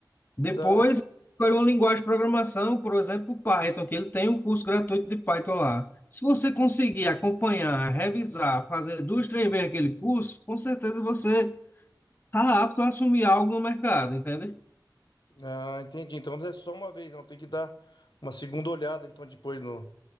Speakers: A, on the left; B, on the left.
A: Depois,
B: Tá.
A: escolhe uma linguagem de programação, por exemplo, Python, que ele tem um curso gratuito de Python lá. Se você conseguir acompanhar, revisar, fazer duas, três vezes aquele curso, com certeza você está apto a assumir algo no mercado, entende?
B: Ah, entendi. Então não é só uma vez, não. Tem que dar uma segunda olhada, então, depois no,